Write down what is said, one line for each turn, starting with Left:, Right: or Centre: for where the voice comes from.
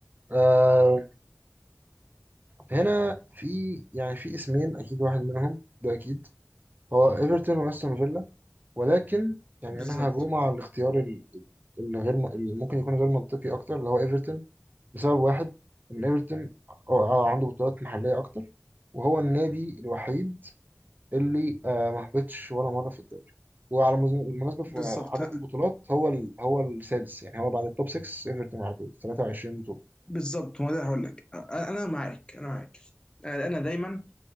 Right: آه هنا في يعني في اسمين اكيد واحد منهم ده اكيد هو ايفرتون واستون فيلا ولكن يعني
Left: بالظبط
Right: انا هجوم على الاختيار ال- اللي غير م- اللي ممكن يكون غير منطقي اكتر اللي هو ايفرتون لسبب واحد ان ايفرتون آه، عنده بطولات محليه اكتر وهو النادي الوحيد اللي آه ما هبطش ولا مره في الدوري وعلى مز- بالمناسبه في
Left: بالظبط
Right: عدد
Left: ها.
Right: البطولات هو ال... هو السادس يعني هو بعد التوب 6 ايفرتون على طول 23
Left: بالظبط ما ده هقول لك انا أنا معاك انا معاك انا أنا دايما